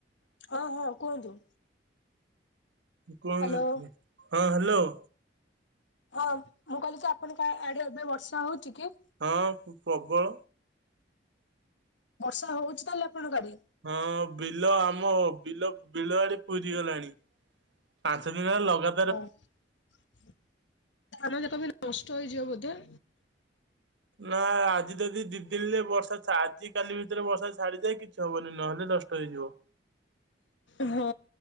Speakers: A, on the left (about 85°); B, on the right (about 80°).
A: ହଁ ହଁ କୁହନ୍ତୁ।
B: କୁହନ୍ତୁ
A: ହ୍ୟାଲୋ
B: ହଁ ହ୍ୟାଲୋ।
A: ହଁ ମୁଁ କହିଲି କି ଆପଣଙ୍କ ଆଡେ ଏବେ ବର୍ଷା ହଉଚି କି?
B: ହଁ ପ୍ରବଳ।
A: ବର୍ଷା ହଉଛି ତାହେଲେ ଆପଣଙ୍କ ଆଡେ?
B: ହଁ ବିଲ ଆମ ବିଲ ବିଲ ଆଡି ପୁରି ଗଲାଣି। ପାଞ୍ଚ ଦିନ ହେଲା ଲଗା
A: ଓ <unintelligible> ଆମ କମ ନଷ୍ଟ ହୋଇଯିବ ବୋଧେ?
B: ନା ଆଜି ଯଦି ଦି ଦିନରେ ବର୍ଷା ଆଜି କାଲି ଭିତରେ ବର୍ଷା ଛାଡିଯାଏ କି ଛି ହବନି ନହେଲେ ନଷ୍ଟ ହେଇଯିବ।
A: ହଁ